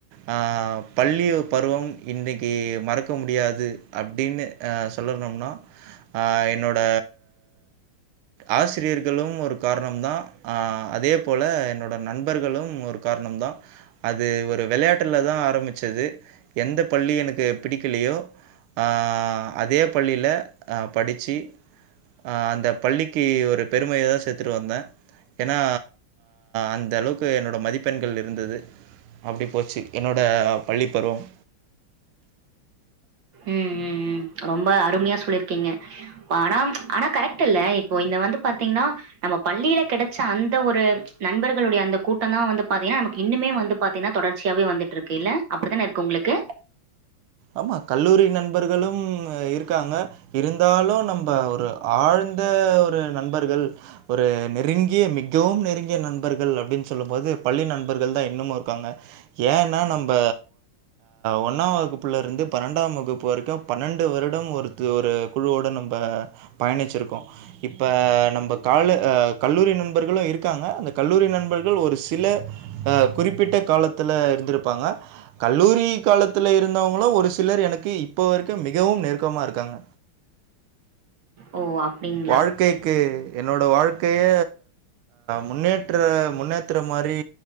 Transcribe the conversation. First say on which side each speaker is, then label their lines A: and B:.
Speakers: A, on the right; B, on the right.
A: ஆ பள் பருவம் இன்னைக்கு மறக்க முடியாது அப்டின்னு ஆ சொல்லனும்னா ஆ என்னோட ஆசிரியர்களும் ஒரு காரணம் தா அதே போல என்னோட நண் ண்பர்களும் ஒரு காரணம் தா அது ஒரு வெளயாட்ல தா ஆரமிச்சது எந்த பள்ளி எனக்கு பிடிக்கலயோ ஆ அதே பள்ளில அ படிச்சி ஆ அந்த பள்ளிக்கு ஒரு பெருமையோ சேத் த்ட்டு வந்த ஏன்னா அந்த அளவுக்கு என்னோட மதிப்பெண்கள் இருந்தது அப்டி போச்சு என்னோட பள்ளி பருவம்
B: ம் ம் ம் ரொம்ப அருமையா சொல்லிருக்கீங்க ஆனா ஆனா கரெக்ட் இல்ல இப்போ இந்த வந்து பாத்தீங்கன்னா நம்ம பள்ளில கெடச்ச அந்த ஒரு நண்பர்களுடைய அந்த கூட்டந்தா வந்து பாத்தீங்கன்னா நமக்கு இன்னுமே வந்து பாத்தீங்கன்னா தொடர்ச்சியாவே வந்துட்டுருக்கு இல்ல அப்டித்தானே இருக்கு உங்களுக்கு
A: ஆமா கல்லூரி நண்பர்களும் இருக்காங்க இருந்தாலு நம்ம ஒரு ஆழ்ந்த ஒரு நண்பர்கள் ஒரு நெருங்கிய மிகவும் நெருங்கிய நண்பர்கள் அப்டின் சொல்லும் போது பள்ளி நண்பர்கள் தான் இன்னுமு இருக்காங்க ஏன்னா நம்ப ஒன்னா வகுப் புல இருந்து பன்னெண்டாம் வகுப்பு வரைக்கும் பன்னெண்டு வருடம் ஒரு இது ஒரு குழுவோடு நம்ப பயணிச்சிருக்கோம் இப்போ நம்ப காலு ஆ கல்லூரி நண்பர்களும் இருக்காங்க அந்த கல்லூரி நண்பர்கள் ஒரு சில ஆ குறிப்பிட்ட காலத்துல இருந்துருப்பாங்க கல்லூரி காலத்துல இரு இப்பவும் ஒரு சிலர் எனக்கு இப்ப வரைக்கு மிகவும் நெருக்கமா இருக்காங்க
B: ஓ அப்டிங்
A: வாழ்கைக்கு என்னோட வாழ்கைய முன்னேற்ற முன்னேத்திர மா ரி